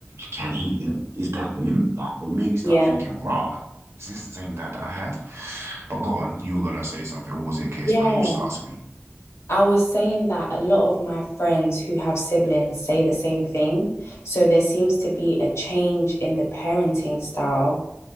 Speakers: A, on the right; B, on the left.
A: can he, is that him? Like, it made me start
B: Yeah.
A: thinking, right, is this the same dad that I had? But go on, you were gonna say something, or was it a case
B: Yeah.
A: where you just asked me?
B: I was saying that a lot of my friends who have siblings say the same thing. So there seems to be a change in the parenting style